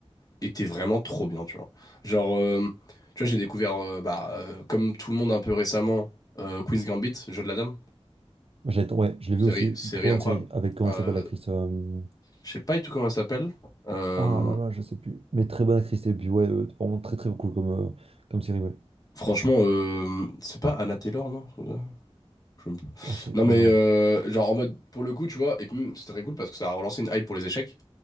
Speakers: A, on the left; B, on the right.
A: était vraiment trop bien, tu vois. Genre, euh, tu vois, j'ai découvert, euh, bah, euh, comme tout le monde un peu récemment, euh, Queen's Gambit, Jeu de la Dame.
B: Moi, j'ai- Ouais, je l'ai
A: Série,
B: vu aussi,
A: série
B: très bonne
A: incroyable.
B: série, avec comment
A: Euh,
B: elle s'appelle l'actrice euh,
A: je sais pas du tout comment elle s'appelle. Euh,
B: Ah là là, je sais plus. Mais très bonne actrice, et puis ouais, euh, vraiment très très cool comme, euh, comme série, ouais.
A: franchement, euh, c'est pas Anna Taylor, non? Je sais pas.
B: Ah, c'est...
A: Non mais
B: Non.
A: euh, genre en mode pour le coup tu vois et puis même, c'est très cool parce que ça a relancé une hype pour les échecs